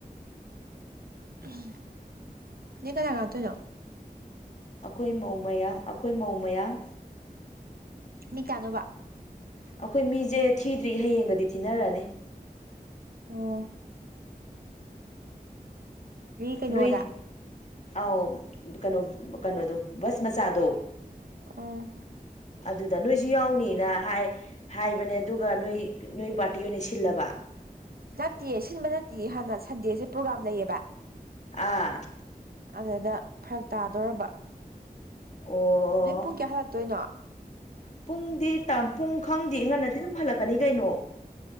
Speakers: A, on the right; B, on the left.
A: <unintelligible> ꯅꯦ ꯀꯅꯥ ꯂꯥꯇꯨꯢꯅꯣ
B: ꯑꯩꯈꯣꯏ ꯃꯧ ꯃꯌꯥꯝ ꯑꯩꯈꯣꯏ ꯃꯧ ꯃꯌꯥꯝ
A: ꯃꯤ ꯀꯌꯥꯅꯣ ꯕ
B: ꯑꯩꯈꯣꯏ ꯃꯤꯁꯦ ꯊꯤꯗ꯭ꯔꯤ ꯍꯌꯦꯡꯒꯗꯤ ꯊꯤꯅꯔꯅꯤ
A: ꯑꯣ ꯑꯨꯝ ꯀꯩꯅꯣꯗ
B: ꯅꯣꯏ ꯑ ꯀꯩꯅꯣ ꯀꯩꯅꯣꯗꯣ ꯁ ꯃꯁꯥꯗꯣ
A: ꯑꯣ
B: ꯑꯗꯨꯗ ꯑꯗ ꯅꯣꯏꯁꯨ ꯌꯥꯎꯅꯤꯅ ꯍꯥꯏ ꯍꯥꯏꯕꯅꯦ ꯑꯗꯨꯒ ꯅꯣꯏ ꯅꯣꯏ ꯄꯥꯔꯇꯤ ꯑꯣꯏꯅ ꯁꯤꯜꯂꯕ
A: ꯅꯠꯇꯦꯌꯦ ꯁꯤꯟꯕ ꯅꯠꯇꯦꯌꯦ ꯍꯥꯟꯅ ꯁꯟꯗꯦꯁꯦ ꯄ꯭ꯔꯣꯒꯥꯝ ꯂꯩꯌꯦꯕ
B: ꯑꯥ
A: ꯑꯗꯨꯗ ꯐꯛ ꯇꯥꯗꯣꯔꯔꯕ
B: ꯑꯣ
A: ꯅꯃꯤꯠ ꯄꯨꯡ ꯀꯌꯥ ꯍꯜꯂꯛꯇꯣꯏꯅꯣ
B: ꯄꯨꯡꯗꯤ ꯇ ꯄꯨꯡ ꯈꯪꯗꯦ ꯉꯟꯅꯗꯤ ꯑꯗꯨꯝ ꯍꯜꯂꯛꯀꯅꯤ ꯀꯩꯅꯣ